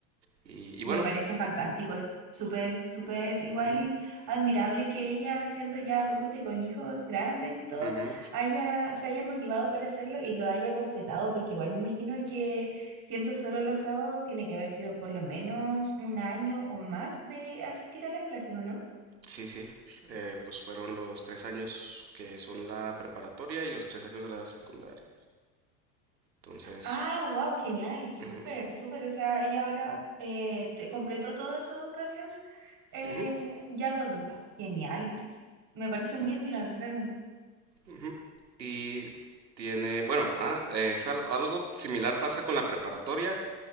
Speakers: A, on the right; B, on the right.
A: Y, y
B: Me
A: bueno,
B: parece fantástico. Es súper, súper igual
A: ujú,
B: admirable que ella, siendo ya adulta y con hijos grandes y todo,
A: ujú,
B: haya, se haya motivado para hacerlo y lo haya completado, porque igual me imagino que siendo solo los sábados, tiene que haber sido por lo menos un año o más de asistir a las clases, ¿o no?
A: sí, sí. eh, pues fueron los tres años que son la preparatoria y los tres años de la secundaria. Entonces,
B: Ah, wow, genial, súper,
A: ujú,
B: súper. O sea, ella ahora eh, te- completó toda su educación eh,
A: ujú,
B: ya de adulta. Genial. Me parece muy admirable, realmente.
A: ujú. Y tiene, bueno, ah, es al- algo similar pasa con la preparatoria